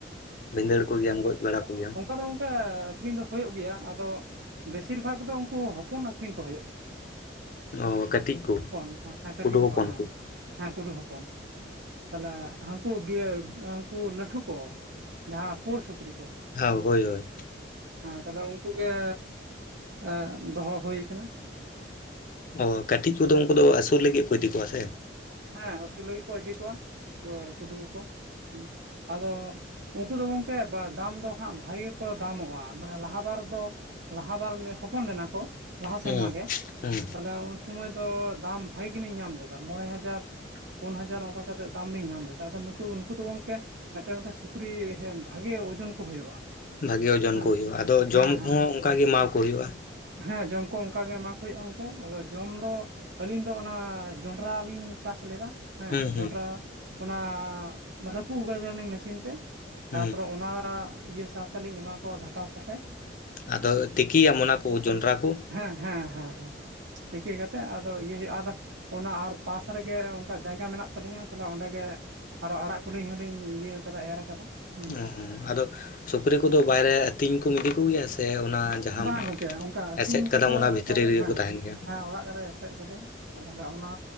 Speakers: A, on the left; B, on the right.
A: ᱵᱷᱤᱸᱫᱟᱹᱲ ᱠᱚᱜᱮᱟᱢ ᱜᱚᱡ ᱵᱟᱲᱟ ᱠᱚᱜᱮᱭᱟᱢ
B: ᱟᱫᱚ ᱜᱚᱝᱠᱮ ᱟᱠᱷᱨᱤᱧ ᱫᱚ ᱦᱩᱭᱩᱜ ᱜᱮᱭᱟ ᱟᱫᱚ ᱵᱮᱥᱤᱨ ᱵᱷᱟᱜᱽ ᱫᱚ ᱩᱝᱠᱩ ᱦᱚᱯᱚᱱ ᱟᱠᱷᱨᱤᱧ ᱠᱚ ᱦᱩᱭᱩᱜᱼᱟ
A: ᱚ ᱠᱟᱹᱴᱤᱡ ᱠᱚ
B: ᱦᱚᱯᱚᱱ ᱦᱮᱸ ᱠᱟᱹᱴᱤᱡ
A: ᱠᱩᱰᱩ
B: ᱠᱚ
A: ᱦᱚᱯᱚᱱ
B: ᱦᱮᱸ ᱦᱮᱸ ᱠᱩᱰᱩ ᱦᱚᱯᱚᱱ, ᱛᱟᱦᱞᱮ ᱦᱟᱝᱠᱩ ᱜᱮ‌‌ ᱮᱸᱻ ᱦᱟᱝᱠᱩ ᱞᱟᱹᱴᱷᱩ ᱠᱚ ᱡᱟᱸᱦᱟ ᱯᱩᱬ ᱥᱩᱠᱨᱤ ᱠᱚ
A: ᱦᱚᱣ, ᱦᱳᱭ ᱦᱳᱭ
B: ᱦᱮᱸ ᱛᱟᱦᱚᱞᱮ ᱩᱱᱠᱩ ᱜᱮ ᱮᱸᱻ ᱫᱚᱦᱚ ᱦᱩᱭ ᱠᱟᱱᱟ
A: ᱚᱻ ᱠᱟᱹᱴᱤᱡ ᱠᱚᱫᱚ ᱩᱝᱠᱩ ᱫᱚ ᱟᱹᱥᱩᱨ ᱞᱟᱹᱜᱤᱫ ᱠᱚ ᱤᱫᱤ ᱠᱚᱣᱟ ᱥᱮ
B: ᱦᱮᱸ ᱟᱹᱥᱩᱞ ᱞᱟᱹᱜᱤᱫ ᱠᱚ ᱤᱫᱤ ᱠᱚᱣᱟ ᱠᱩᱰᱩ ᱠᱚ ᱦᱩᱸ ᱟᱫᱚ ᱩᱱᱠᱩ ᱫᱚ ᱜᱚᱢᱠᱮ ᱫᱟᱢ ᱫᱚ ᱦᱟᱸᱜ ᱵᱷᱟᱜᱮ ᱜᱮ ᱠᱚ ᱫᱟᱢᱚᱜᱼᱟ ᱢᱟᱱᱮ ᱞᱟᱦᱟ ᱵᱟᱨ ᱫᱚ ᱞᱟᱦᱟ ᱵᱟᱨ ᱢᱟᱱᱮ ᱦᱚᱯᱚᱱ ᱞᱮᱱᱟ ᱠᱚ ᱞᱟᱦᱟ ᱥᱮᱨᱢᱟ
A: ᱦᱮᱸ
B: ᱜᱮ
A: ᱦᱮᱸ
B: ᱛᱟᱦᱞᱮ ᱩᱱ ᱥᱩᱚᱢᱚᱭ ᱫᱚ ᱫᱟᱢ ᱵᱷᱟᱜᱤ ᱜᱮᱞᱤᱧ ᱧᱟᱢ ᱞᱮᱫᱟ ᱢᱚᱬᱮ ᱦᱟᱡᱟᱨ ᱯᱩᱱ ᱦᱟᱡᱟᱨ ᱚᱝᱠᱟ ᱠᱟ ᱠᱟᱛᱮᱮᱫ ᱫᱟᱢ ᱞᱤᱧ ᱧᱟᱢ ᱞᱮᱫᱟ ᱟᱫᱚ ᱱᱤᱛᱚᱜ ᱱᱩᱠᱩ ᱫᱚ ᱜᱚᱝᱠᱮ ᱢᱮᱫᱴᱮᱡ ᱢᱮᱫᱴᱮᱡ ᱥᱩᱠᱨᱤ ᱦᱮᱸ ᱵᱷᱟᱜᱮ ᱳᱡᱚᱱ ᱠᱚ ᱦᱩᱭᱩᱜᱼᱟ
A: ᱵᱷᱟᱜᱮ ᱳᱡᱚᱱ
B: ᱦᱮᱸ
A: ᱠᱚ ᱦᱩᱭᱩᱜᱼᱟ ᱟᱫᱚ ᱡᱚᱢ
B: ᱦᱮᱸ ᱦᱮᱸ
A: ᱠᱚᱦᱚᱸ ᱚᱝᱠᱟᱜ ᱜᱮ ᱮᱢᱟᱠᱚ ᱦᱩᱭᱩᱜᱼᱟ
B: ᱦᱮᱸ ᱡᱚᱢ ᱠᱚ ᱚᱝᱠᱟᱜᱮ ᱮᱢᱟ ᱠᱚ ᱦᱩᱭᱩᱜᱼᱟ ᱜᱚᱝᱠᱮ ᱟᱫᱚ ᱡᱚᱢ ᱫᱚ ᱟᱹᱞᱤᱧ ᱫᱚ ᱚᱱᱟ ᱡᱚᱸᱰᱨᱟ ᱞᱤᱧ ᱪᱟᱥ ᱞᱮᱫᱟ ᱦᱮᱸ
A: ᱦᱩᱸ
B: ᱡᱚᱸᱰᱨᱟ
A: ᱦᱩᱸ
B: ᱚᱱᱟ ᱨᱟᱹᱯᱩᱫ ᱠᱟᱫᱟᱞᱤᱧ ᱢᱮᱥᱤᱱ ᱛᱮ ᱛᱟᱯᱚᱨᱮ
A: ᱦᱩᱸ
B: ᱚᱱᱟ ᱤᱭᱟᱹ ᱥᱟᱶ ᱛᱮᱞᱤᱧ ᱮᱢᱟ ᱠᱚᱣᱟ ᱜᱷᱟᱴᱟ ᱥᱟᱛᱮᱜ
A: ᱟᱫᱚ ᱛᱤᱠᱤᱭᱤᱭᱟᱟᱢ ᱚᱱᱟ ᱠᱚ ᱡᱚᱸᱰᱨᱟ ᱠᱚ
B: ᱦᱮᱸ ᱦᱮᱸ ᱦᱮᱸ ᱦᱮᱸ ᱛᱤᱠᱤ ᱠᱟᱛᱮ ᱟᱫᱚ ᱤᱭᱟᱹ ᱦᱩᱭᱩᱜᱼᱟ ᱟᱨ ᱚᱱᱟ ᱟᱨ ᱯᱟᱥ ᱨᱮᱜᱮ ᱚᱝᱠᱟ ᱡᱟᱭᱜᱟ ᱢᱮᱱᱟᱜ ᱛᱟᱞᱤᱧᱟ ᱛᱟᱦᱞᱮ ᱚᱸᱰᱮ ᱜᱮ ᱟᱨᱚ ᱟᱲᱟᱜ ᱠᱩᱞᱤᱧ ᱦᱚᱸᱞᱤᱧ ᱤᱭᱟᱹ ᱠᱟᱫᱟ ᱮᱨ ᱠᱟᱫᱟ ᱦᱩᱸ
A: ᱚ, ᱟᱫᱚ ᱥᱩᱠᱨᱤ ᱠᱚᱫᱚ ᱵᱟᱭᱨᱮ ᱟᱹᱛᱤᱧ ᱠᱚᱢ ᱤᱫᱤ ᱠᱚᱜᱮᱭᱟ ᱥᱮ ᱚᱱᱟ ᱡᱟᱦᱟᱸᱢ
B: ᱵᱟᱝ ᱜᱚᱝᱠᱮ ᱚᱝᱠᱟ ᱟᱹᱛᱤᱧ
A: ᱮᱥᱮᱫ
B: ᱠᱚᱫᱚ
A: ᱠᱟᱫᱟᱢ ᱚᱱᱟ
B: ᱚᱝᱠᱟ
A: ᱵᱷᱤᱛᱨᱤ ᱨᱮᱜᱮ
B: ᱦᱮᱸ
A: ᱠᱚ ᱛᱟᱦᱮᱱ ᱜᱮᱭᱟ
B: ᱦᱮᱸ ᱚᱲᱟᱜ ᱨᱮ ᱮᱴᱮᱫ ᱠᱟᱹᱫᱟᱹᱧ ᱟᱨ ᱛᱟᱦᱞᱮ ᱚᱱᱟ